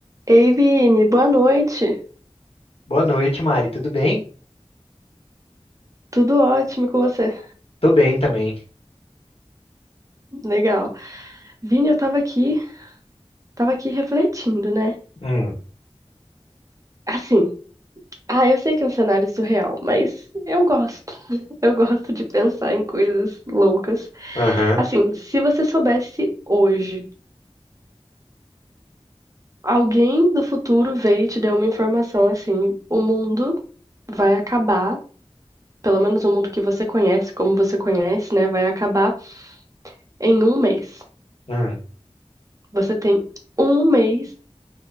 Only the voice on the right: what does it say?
Ei, Vini, boa noite.
Tudo ótimo com você?
Legal. Vini, eu tava aqui, tava aqui refletindo, né?
Assim, ah, eu sei que é um cenário surreal, mas eu gosto. <laughs> Eu gosto de pensar em coisas loucas.
Assim, se você soubesse hoje, alguém do futuro veio e te deu uma informação assim, o mundo vai acabar, pelo menos o mundo que você conhece, como você conhece, né, vai acabar em um mês.
Você tem um mês